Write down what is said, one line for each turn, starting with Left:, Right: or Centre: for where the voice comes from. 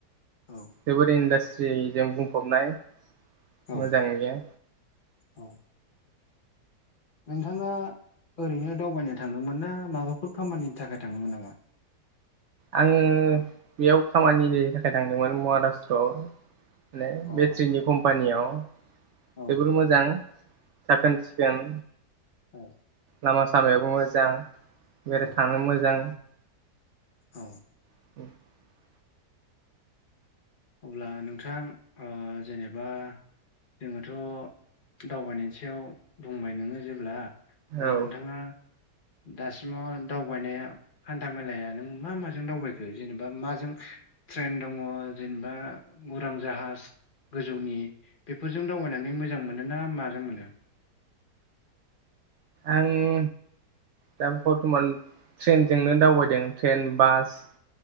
Left: औ।
Right: जोबोर इन्डासट्रिजों बुंफबनाय
Left: औ
Right: मोजां नुयो।
Left: औ। नोंथाङा ओरैनो दावबायनो थांदोंमोन ना माबाफोर खामानिनि थाखाय थांदोंमोन नामा?
Right: आङो बेयाव खामानिनि थाखाय थांदोंमोन महाराष्ट्रआव माने
Left: अ
Right: बेट्रिनि कम्पानियाव
Left: औ
Right: जोबोर मोजां साखोन सिखोन
Left: औ
Right: लामा सामायायावो मोजां बेराय
Left: औ
Right: थानो मोजां
Left: औ।
Right: <inaudible>
Left: अब्ला नोंथां जेनेबा जोङोथ' दावबायनायनि सायाव बुंबाय नोङो जेब्ला अब्ला
Right: औ
Left: नोंथाङा दासिमाव दावबायनाया हान्था मेलाया नों मा माजों दावबायखो जेनेबा माजों ट्रेन दङ जेनेबा उरां जाहाज गोजौनि बेफोरजों दावबायनानै मोजां मोनो ना माजों मोनो।
Right: आङो दा बरथमान ट्रेनजोंनो दावबायदों ट्रेन बास।